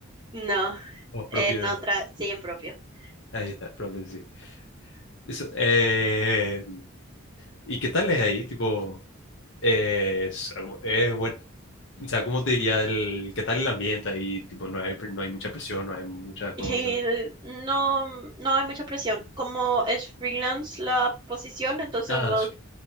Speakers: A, on the right; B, on the left.
A: No,
B: o propio,
A: en otra, sí, en propio. <laughs>
B: ahí está, propio, sí. Eso, eh, ¿y qué tal es ahí? Tipo, eh, es, es buen- o sea, ¿cómo te diría el, qué tal el ambiente ahí? Tipo, no hay, no hay mucha presión, no hay muchas
A: Y
B: cosas.
A: no, mm, no hay mucha presión. Como es freelance la posición, entonces
B: Ah,
A: vos,
B: sí,